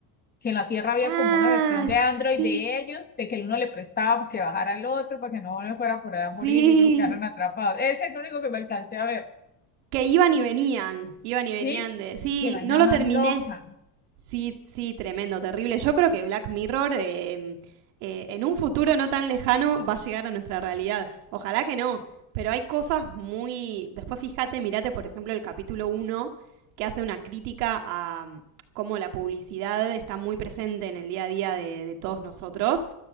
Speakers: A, on the left (about 20°); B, on the right (about 90°).
A: que en la Tierra había
B: Ah,
A: como una versión de
B: sí,
A: Android de ellos, de que uno le prestaba para que bajara al otro, para que no me fuera por allá a morir
B: sí.
A: y no quedaran atrapados. Ese es el único que me alcancé a ver.
B: Que iban y venían, iban y
A: Sí,
B: venían de... Sí,
A: qué vaina
B: no lo
A: más
B: terminé,
A: loca.
B: Sí, sí, tremendo, terrible. Yo creo que Black Mirror eh, eh, en un futuro no tan lejano va a llegar a nuestra realidad. Ojalá que no, pero hay cosas muy... Después fíjate, mirate por ejemplo el capítulo uno que hace una crítica a um, cómo la publicidad está muy presente en el día a día de, de todos nosotros